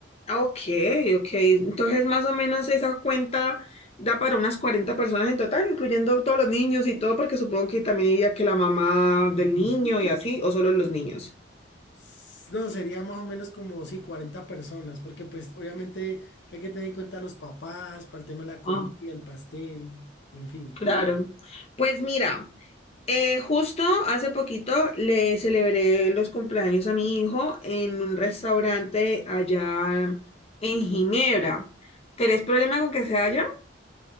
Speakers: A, on the left; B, on the left.
A: Ah, Ok, ok. Entonces, más o menos esa cuenta da para unas 40 personas en total, incluyendo todos los niños y todo, porque supongo que también diría que la mamá
B: Ujú.
A: del niño y así, o solo los niños.
B: S- No, sería más o menos como, sí, 40 personas, porque pues obviamente hay que tener en cuenta los papás, para el tema de la comida,
A: Ah,
B: el pastel, en fin.
A: Claro. Pues mira, eh, justo hace poquito le celebré los cumpleaños a mi hijo en un restaurante allá en Ginebra. ¿Tenés problema con que sea allá?